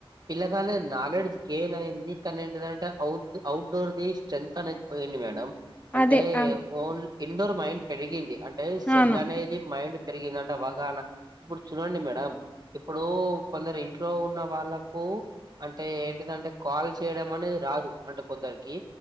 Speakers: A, on the right; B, on the left.
A: పిల్లగాలే నాలెడ్జ్ గెయిన్ అయింది కానీ ఏంటంటే అ అవుట్డోర్ది స్ట్రెంత్ అనేద్ పోయింది మేడం. అంటే
B: అదే ఆ
A: ఓన్ ఇండోర్ మైండ్ పెరిగింది అంటే సెల్
B: అవును
A: అనేది మైండ్ పెరిగిందింట బాగ న ఇప్పుడు చూడండి మేడం ఇప్పుడు కొందరు ఇంట్లో ఉన్న వాళ్ళకు అంటే ఏంటిదంటే కాల్ చేయడం అనేది రాదు అంటే కొందరికి